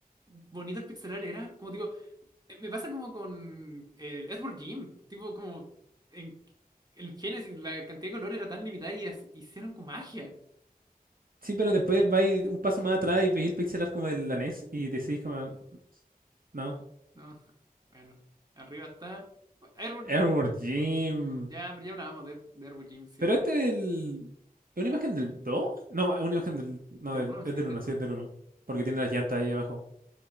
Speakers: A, on the right (about 25°); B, on the right (about 65°).
A: bonito el pixelar era? Como digo, eh, me pasa como con el Edward Jim, tipo como en el Genesis la cantidad de color era tan limitada y as- hicieron con magia.
B: Sí, pero después vais un paso más atrás y veis el pixel art como del NES y decís como, no,
A: No, bueno, arriba está Edward
B: Edward
A: Jim.
B: Jim.
A: Ya, pero ya hablábamos de, de Edward Jim, sí,
B: Pero este es el- ¿Es una imagen del dos, No, es una imagen del... No,
A: del
B: del-
A: uno
B: es
A: sí,
B: del
A: del
B: uno,
A: uno
B: sí, es del uno, Porque tiene las llantas ahí abajo.